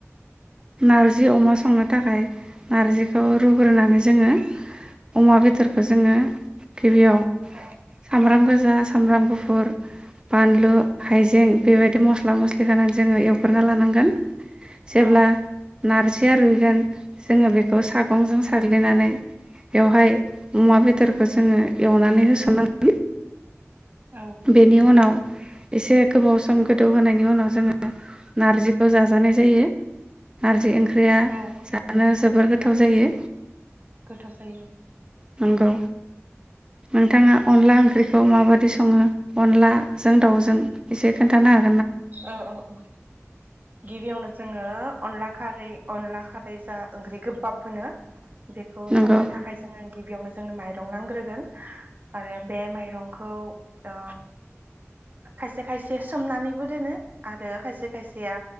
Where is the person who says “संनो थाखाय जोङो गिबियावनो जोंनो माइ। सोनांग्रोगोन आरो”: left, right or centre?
Right